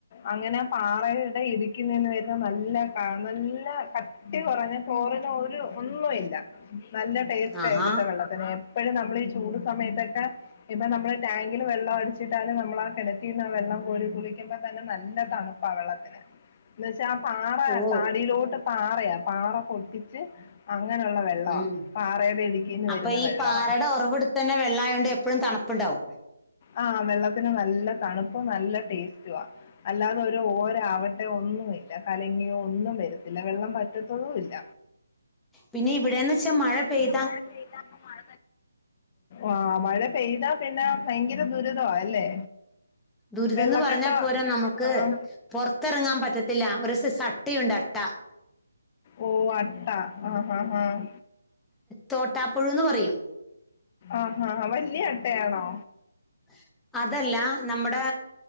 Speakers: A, on the left (about 25°); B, in the centre.
A: അങ്ങനെ പാറയുടെ ഇടുക്കിൽ നിന്ന് വരുന്ന നല്ല ക നല്ല... കട്ടി കുറഞ്ഞ ഫോറിന് ഒരു ഒന്നും ഇല്ല. നല്ല ടേസ്റ്റ
B: ആഹാ
A: ഇവിടുത്തെ വെള്ളം. പിന്നെ എപ്പോഴും നമ്മൾ ഈ ചൂട് സമയത്തൊക്കെ... ഇപ്പൊ നമ്മള് ടാങ്കില് വെള്ളം അടിച്ചിട്ടാലും നമ്മൾ ആ കിണറ്റീന്ന് വെള്ളം കോരി കുളികുമ്പം.. ന്നെ നല്ലതണുപ്പ വള്ള എന്നു വെച്ചാ ആ പാറ
B: ഓ
A: താടിയിലോട്ട് പാറയാ പാറ പൊട്ടിച്ച്... അങ്ങനെയുള്ള വെള്ളൊ.
B: ഉം
A: പാറ ഇടുക്കിന്ന്
B: അപ്പൊ
A: വരുന്ന
B: ഈ
A: വെള്ളാണ്.
B: പാറയുടെ ഉറവിടത്ത് തന്നെ വെള്ളമായോണ്ട് എപ്പോഴും തണുപ്പുണ്ടാവും
A: ആഹ്, വെള്ളത്തിന് നല്ല തണുപ്പും നല്ല ടേസ്റ്റവാ. അല്ലാതെ ഒരു ഓരആവട്ടെയോ ഒന്നു ഇല്ല, കലങ്ങി ഒന്നും വരത്തില്ല. വെള്ളം വറ്റത്തു ഇല്ല.
B: പിന്നെ ഇവിടെന്ന് വെച്ചാ മഴ പെയ്
A: മഴ പെയ്താപ്പ മഴ ആ, മഴ പെയ്താ പിന്നെ ഭയങ്കര ദുരിതോ അല്ലേ?
B: ദുരിതം
A: വെള്ളക്കെട്ടോ?
B: എന്ന് പറഞ്ഞാൽ പോരാ നമുക്ക്
A: ആഹ...
B: പുറത്തിറങ്ങാൻ പറ്റത്തില്ല ഒരു സ- സട്ടയുണ്ട് അട്ട
A: ഓ, അട്ട, ആഹ് ആഹ ആഹ.
B: തോട്ടാപ്പുഴു എന്ന് പറയും
A: ആഹഹ, വലിയ അട്ടയാണോ?
B: <unintelligible> അതല്ല നമ്മുടെ